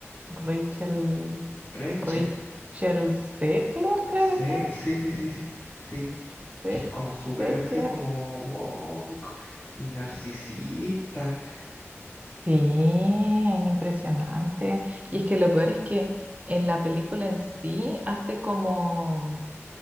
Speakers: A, on the right; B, on the left.
A: Rachel,
B: Rachel.
A: Rachel Zegler, creo
B: Sí,
A: que se llama.
B: sí, sí, sí, sí, sí,
A: Zeg-
B: que es como súper
A: Zegler.
B: así como woke y narcisista.
A: Sí, es impresionante. Y es que lo peor es que en la película en sí hace como